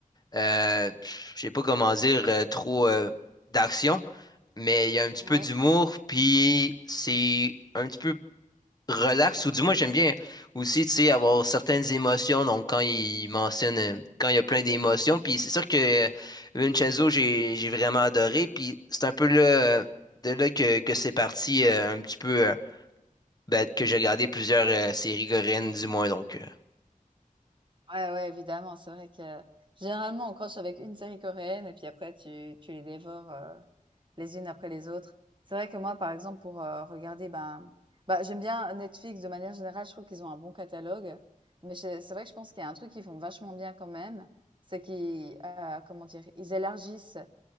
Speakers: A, on the left; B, on the right.
A: euh, pff, je sais pas comment dire, euh, trop euh, d'action, mais il y a un petit
B: Ouais.
A: peu d'humour. Puis c'est un petit peu relax, ou du moins j'aime bien aussi, tu sais, avoir certaines émotions, donc quand il mentionne, euh, quand il y a plein d'émotions, puis c'est sûr que euh, Vincenzo, j'ai j'ai vraiment adoré, puis c'est un peu là, euh, de là que, que c'est parti euh, un petit peu, euh, ben, que j'ai regardé plusieurs euh, séries coréennes du moins, donc... euh,
B: Ouais, ouais, évidemment. C'est vrai que généralement, on croche avec une série coréenne et puis après tu tu les dévores, euh, les unes après les autres. C'est vrai que moi, par exemple, pour euh, regarder, ben, bah, j'aime bien Netflix de manière générale. Je trouve qu'ils ont un bon catalogue, mais je- c'est vrai que je pense qu'il y a un truc qu'ils font vachement bien quand même, c'est qu'ils, euh, comment dire, ils élargissent.